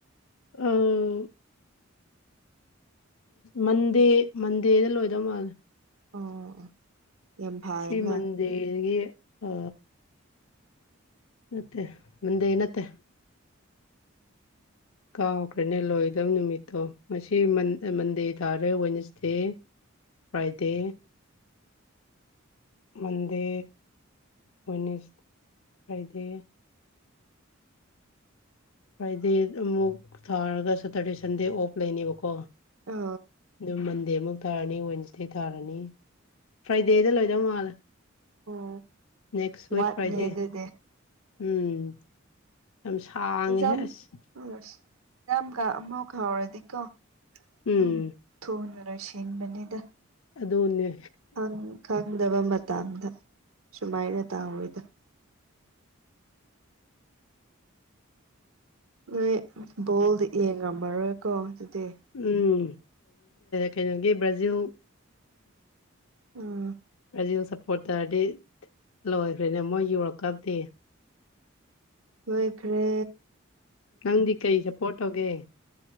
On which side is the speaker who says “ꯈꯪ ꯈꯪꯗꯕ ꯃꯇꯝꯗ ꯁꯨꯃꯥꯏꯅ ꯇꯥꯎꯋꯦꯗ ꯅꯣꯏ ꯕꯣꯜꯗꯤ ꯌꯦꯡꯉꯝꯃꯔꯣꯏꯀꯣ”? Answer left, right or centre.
Right